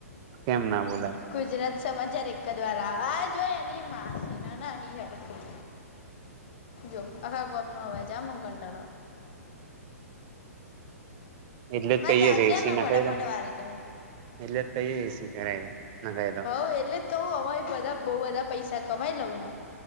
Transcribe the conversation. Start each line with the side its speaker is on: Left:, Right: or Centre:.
Right: કેમ ના બોલાય
Left: ગુજરાત સમાચાર એક જ વાર આવા આ જોય હોય એ માસી ન હળખું જો આખા ગુમ ન હ જ મંગન તાર
Right: એટલે જ
Left: ના
Right: કહીએ
Left: ચાલશેને
Right: છે એસી નખાય
Left: ફટાફટ
Right: દો
Left: વારી કરૂ -
Right: એટલે જ કહીએ એસી કરાઈ દો નોંધાઈ દો
Left: હવ એટલે જ કહું એવી બધા બહ બધા પૈસા કમાઈ લઉંને